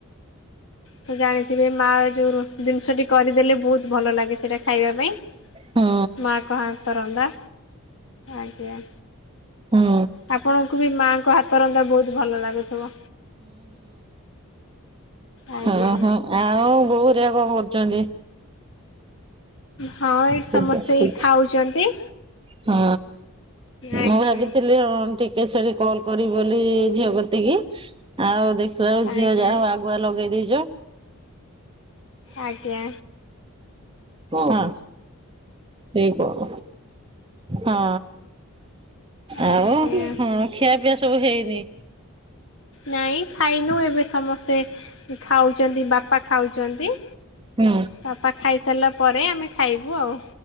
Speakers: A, on the left; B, on the right.
A: ତ ଜାଣିଥିବେ ମା ଯୋଉ ଜିନିଷଟି କରିଦେଲେ ବହୁତ ଭଲ ଲାଗେ ସେଇଟା ଖାଇବା ପାଇଁ।
B: ହୁଁ
A: ମା ଙ୍କ ହାତ ରନ୍ଧା, ଆଜ୍ଞା।
B: ହୁଁ।
A: ଆପଣଙ୍କୁ ବି ମାଆଙ୍କ ହାତ ରନ୍ଧା ବହୁତ ଭଲ ଲାଗୁଥିବ। ଆଜ୍ଞା।
B: ଓ ହୋ ଆଉ ବୋଉ ହେରିକା କଣ କରୁଛନ୍ତି?
A: ହଁ ଏଇଠି
B: କରୁଛନ୍ତି?
A: ସମସ୍ତେ ଖାଉଛନ୍ତି।
B: ହଁ
A: ଆଜ୍ଞା
B: ମୁଁ ଭାବିଥିଲି ହଁ ଟିକେ ଛାଡ଼ି କଲ୍ କରିବି ବୋଲି ଝିଅ କତିକି, ଆଉ ଦେଖ ତୁ
A: ଆଜ୍ଞା।
B: ଝିଅ ଯାହା ହଉ ଆଗୁଆ ଲଗେଇ ଦେଇଛ।
A: ଆଜ୍ଞା।
B: ହଁ। ସେଇ କହ ହଁ
A: ଆଜ୍ଞା
B: ଆଉ ହଁ ଖିଆ ପିଆ ସବୁ ହେଇନି?
A: ନାଇଁ ଖାଇନୁ ଏବେ ସମସ୍ତେ ଖାଉଛନ୍ତି ବାପା ଖାଉଛନ୍ତି।
B: ହୁଁ।
A: ବାପା ଖାଇସାରିଲା ପରେ ଆମେ ଖାଇବୁ ଆଉ।